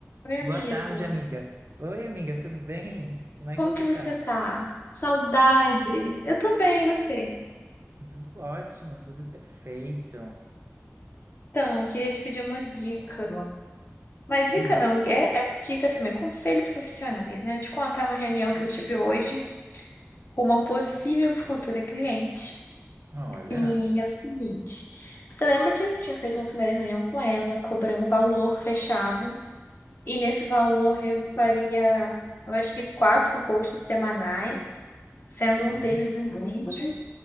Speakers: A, on the left; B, on the right.
A: Oi, amigo.
B: Boa tarde, amiga. Oi, amiga, tudo bem? Como é
A: Como
B: que você
A: que você
B: tá?
A: tá? Saudade. Eu tô bem, e você?
B: Tudo ótimo, tudo perfeito.
A: Então, queria te pedir uma dica. Mas dica
B: Hum,
A: não, é, é uma dica também, conselhos profissionais, né? Te contar uma reunião que eu tive hoje com uma possível futura cliente.
B: olha,
A: E é o seguinte, você lembra que eu tinha feito uma primeira reunião com ela, cobrei um valor fechado, e nesse valor eu faria, eu acho que quatro posts semanais, sendo
B: hum,
A: um deles um vídeo.